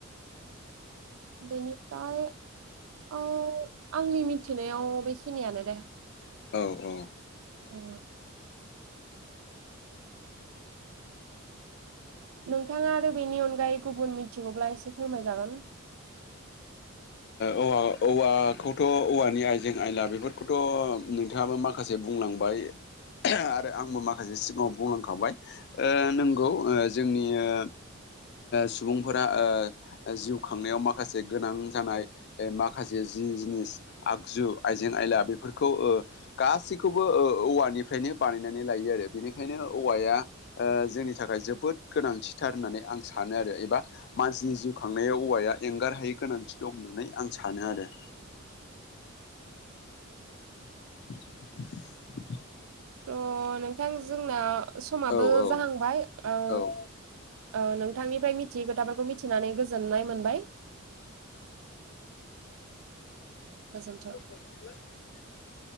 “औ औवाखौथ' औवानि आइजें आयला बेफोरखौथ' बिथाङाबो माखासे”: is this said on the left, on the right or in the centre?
Left